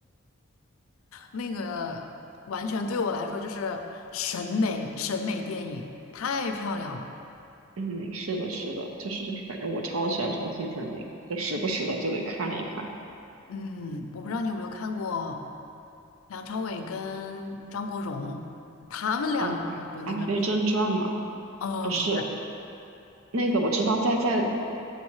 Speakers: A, on the left; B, on the right.
A: 那个完全对我来说就是审美审美电影，太漂亮了。
B: 嗯，是的，是的，就是就是，反正我超喜欢《重庆森林》，就时不时的就得看一看。
A: 嗯，我不知道你有没有看过梁朝伟跟张国荣他们两个的那个，
B: 啊，《阿飞正传》嘛，
A: 呃，
B: 不是
A: 不是，
B: 那个我知道在在